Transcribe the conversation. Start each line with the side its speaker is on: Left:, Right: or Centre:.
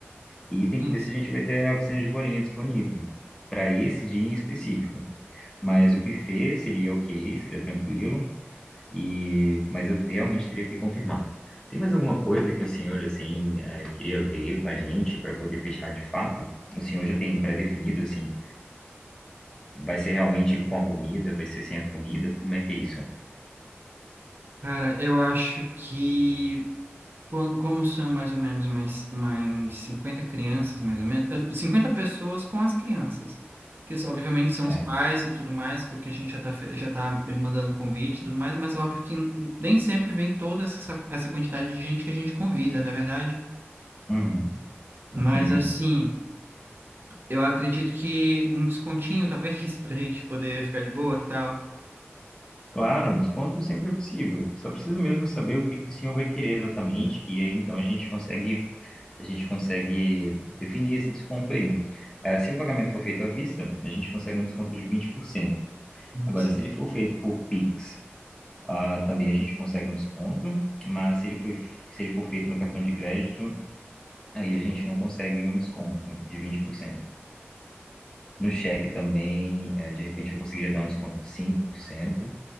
Left: e tem
Right: sim,
Left: que ver
Right: sim.
Left: se a gente vai ter a piscina de bolinha disponível para esse dia em específico. Mas o buffet seria ok, seria tranquilo. E mas eu realmente teria que confirmar. Tem mais alguma coisa que o senhor assim eh, queria ver com a gente para poder fechar de fato? O senhor já tem pré-definido assim? Vai ser realmente com a comida? Vai ser sem a comida? Como é que é isso?
Right: Cara, eu acho que co- como são mais ou menos umas, umas 50 crianças, mais ou menos, eh, 50 pessoas com as crianças, que isso, obviamente
Left: Certo.
Right: são os pais e tudo mais, que a gente já tá, fe- já tá mandando convite e tudo mais, mas óbvio que n- nem sempre vem toda essa, essa quantidade de gente que a gente convida, não é verdade?
Left: Uhum.
Right: Mas
Left: Sim, sim.
Right: assim. Eu acredito que um descontinho, talvez, <laughs> pra gente poder ficar de boa, que tal?
Left: Claro, um desconto sempre é possível. Só precisa mesmo saber o que que o senhor vai querer exatamente, que aí então a gente consegue, a gente consegue definir esse desconto aí. Eh, se o pagamento for feito à vista, a gente consegue um desconto de 20%. Agora,
Right: Sim.
Left: se ele for feito por Pix, ah, também a gente consegue um desconto, mas se ele foi, se ele for feito no cartão de crédito, aí a gente não consegue um desconto de 20%. No cheque também, eh, de repente, eu conseguiria dar um desconto de 5%